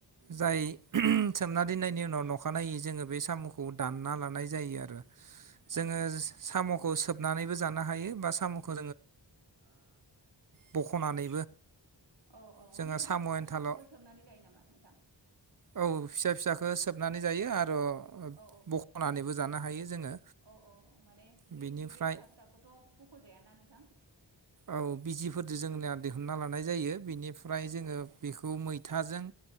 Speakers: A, on the right; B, on the right.
A: जाय सोमना दोननायनि उनाव उनाव अखानायै जोङो बे सामखौ दानना लानाय जायो आरो। जोङो
B: औ
A: सामखौ सोबनानैबो जानो हायो बा सामखौ बखनानै
B: औ औ
A: जों
B: माने
A: साम
B: बे फिसा
A: एन्थाल
B: फिसाखौबो सोमनानै जायो नामा नोंथां
A: औ फिसा फिसखो सोबनानै जायो आरो।
B: औ
A: बखनानैबो जानो हायो जोङो।
B: औ औ माने जोंनिथिं
A: बिनिफ्राय
B: बे फिसा फिसाखौथ बखजायाना नोंथां
A: औ बिजिफोरजों जोंनिया सना लानाय जायो बेनिफ्राय
B: औ
A: जोङो
B: औ औ
A: बेखौ मैथाजों